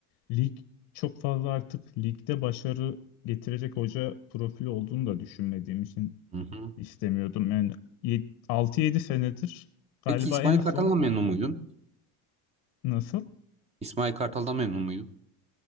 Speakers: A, on the left; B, on the right.
A: lig çok fazla artık ligde başarı getirecek hoca profili olduğunu da düşünmediğim için
B: Hı hı.
A: istemiyordum. Yani yet- 6-7 senedir galiba
B: Peki İsmail
A: en
B: Kartal'dan
A: son
B: memnun muydun?
A: nasıl?
B: İsmail Kartal'dan memnun muydun?